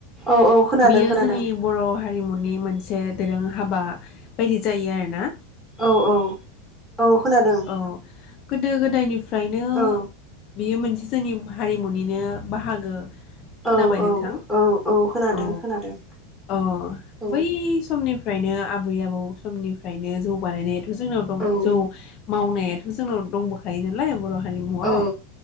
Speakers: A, in the centre; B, on the left.
A: औ औ खोनादों
B: बियो
A: खोनादों
B: जोंनि बर' हारिमुनि मोनसे से दोरों हाबा बायदि जायो आरो ना।
A: औ औ औ खोनादों।
B: औ गोदो गोदायनि फ्रायनो
A: औ
B: बियो मोनसे जोंनि हारिमुनिनो बाहागो। खोनाबाय
A: औ औ
B: नोंथां?
A: औ खोनादों
B: औ
A: खोनादों
B: अ
A: औ
B: बै सम समनिफ्रायनो आबै आबौ समनिफ्रायनो जौ बानायनाय जोंनाव दङ
A: औ
B: जौ मावनायाथ' जोंनाव दंबोखायो नालाय बर' हारिमुआव
A: औ